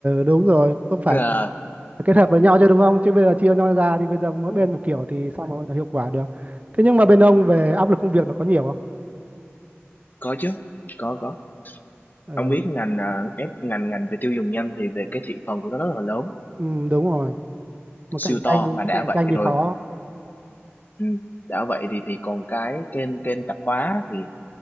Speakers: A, on the right (about 35°); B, on the left (about 40°).
A: đúng rồi, không phải
B: Ờ,
A: phải kết hợp với nhau chứ đúng không chứ bây giờ chia nhau ra thì bây giờ mỗi
B: cũng-
A: bên một kiểu thì sao mà hiệu quả được thế nhưng mà bên ông về áp lực công việc nó có nhiều không
B: có chứ có có
A: ừ,
B: ông biết ngành à, ép ngành ngành về tiêu dùng nhanh thì về cái thị phần của nó rất là lớn
A: ừ đúng rồi mà
B: siêu
A: cạnh
B: to
A: tranh
B: mà đã
A: cạnh
B: vậy
A: tranh thì
B: rồi
A: khó
B: Ừ. đã vậy thì thì còn cái kênh kênh tạp hóa thì